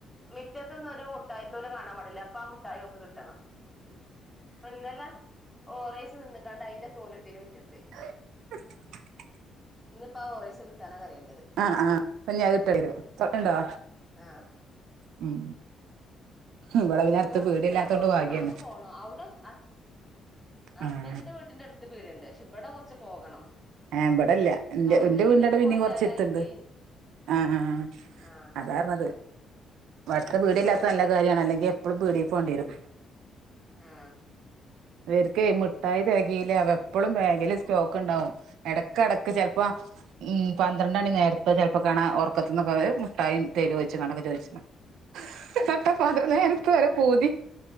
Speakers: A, in the centre; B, on the right.
A: മിറ്റത്തൊന്നും ഒരു മുട്ടായിത്തോല് കാണാൻ പാടില്ല അപ്പൊ ആ മുട്ടായി ഓക്ക്‌ കിട്ടണം ഇപ്പന്നലെ ഓറേയ്സ് തിന്ന്ക്കാണ്ട് അയിന്റെ തോല്ട്ടിന് മിറ്റത്ത്
B: <inaudible>
A: ഇന്നിപ്പോ ആ ഓറേയ്സ് കിട്ടാന കരേണ്ടത്
B: ആഹ് ആഹ് പ്പം ഞ്ഞ് അത് കിട്ടണ്ടി വരും തുട്ടണ്ടോ
A: ആഹ്
B: ഉം ഇവിടെ പിന്നെ അടുത്ത്
A: എടുത്തില്ല
B: പീടിയല്ലാത്തോണ്ട്
A: കൊറച്ച്
B: ഭാഗ്യാണ്
A: മേലക്ക് പോണം അവിടെ അ ഹസ്ബന്റിന്റെ
B: ആഹ്
A: വീട്ന്റെ അടുത്ത് പീട്യണ്ട് പക്ഷെ ഇബടെ കുറച്ച് പോകണം
B: ഏഹ് ഇബടെല്ല ഇന്റെ
A: അപ്പൊ അവിടുന്ന്
B: ന്റെ
A: പീടിക്ക്
B: വീടിന്റെടെ പിന്നിം
A: പോയി
B: കുറച്ചെടുത്ത്ണ്ട്
A: ചേലായിട്ടേ
B: ആഹ് ആഹ്
A: ആഹ്
B: അതാ ർഞ്ഞത് അടുത് പീട്യ ഇല്ലാത്ത നല്ല കാര്യമാണ് അല്ലെങ്കിൽ എപ്പളും പീടീക്ക്‌ പോണ്ടി വരും
A: ആഹ്
B: ഇവർക്കെ മിഠായി തെകയില്ല അവ എപ്പളും വേ ല് സ്റ്റോക്ക് ഉണ്ടാവും ഇടക് ഇടക്ക് ചെലപ്പോ ഉം പന്ത്രണ്ട് മണി നേരത്തെ ചിലപ്പോ കാണാ ഒർക്കത്തിന്നൊക്കെ മുട്ടായി തരോയ്ച്ച്കാണ്ടൊക്കെ ചോദിച്ചു <unintelligible> നട്ട പാതിരാ നേരത്ത് വരെ പൂതി